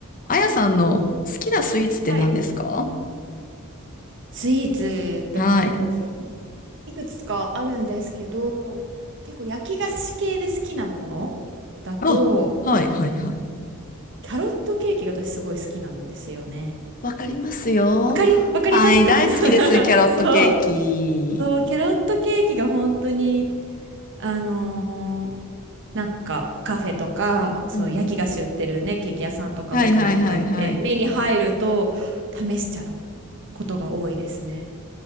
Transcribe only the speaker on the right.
はい。スイーツだと
いくつかあるんですけど結構焼き菓子系で好きなものだと
キャロットケーキが私すごい好きなんですよね。
わかり、わかりますか
<laughs>
そう、そう、キャロットケーキが本当にあのーなんかカフェとかそう焼き菓子売ってるねケーキ屋さんとかベーカリーとか行って目に入ると試しちゃう
ことが多いですね。